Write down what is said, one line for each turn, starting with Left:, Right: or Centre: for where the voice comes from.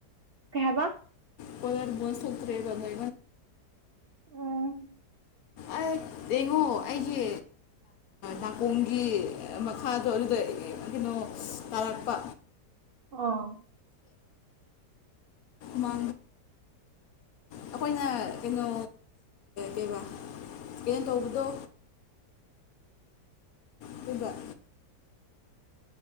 Right: ꯀꯩꯕ
Left: ꯀꯣꯏꯔꯕꯨ ꯁꯨꯇ꯭ꯔꯦꯕꯟꯗꯦ
Right: ꯎꯝ
Left: ꯑ ꯌꯦꯡꯉꯣ ꯑꯩꯒꯤ ꯅꯥꯀꯣꯡꯒꯤ ꯃꯈꯥꯗꯣ ꯑꯗꯨꯗ ꯀꯩꯅꯣ ꯑꯣ ꯇꯔꯛꯄ
Right: ꯑꯥ
Left: ꯃ ꯑꯩꯈꯣꯏꯅ ꯀꯩꯅꯣ ꯀꯕ ꯀ ꯇꯧꯕꯧꯕꯗꯣ ꯑꯗꯨꯒꯕ